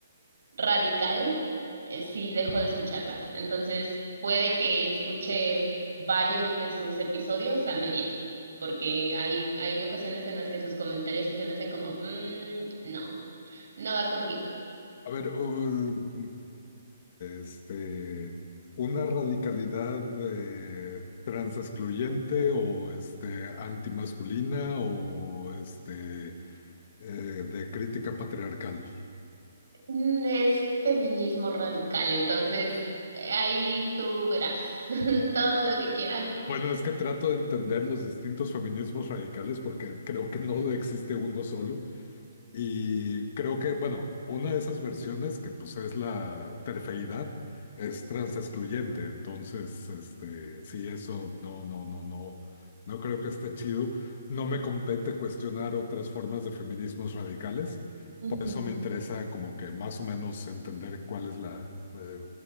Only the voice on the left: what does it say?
A ver, u- este, una radicalidad eh, trans excluyente o este, antimasculina o este, eh, de crítica patriarcal.
Bueno, es que trato de entender los distintos feminismos radicales porque creo que no existe uno solo. Y creo que, bueno, una de esas versiones que pues es la terfeidad es transexcluyente, entonces, este, sí, eso no, no, no, no, no creo que esté chido. No me compete cuestionar otras formas de feminismos radicales,
por eso me interesa como que más o menos entender cuál es la eh,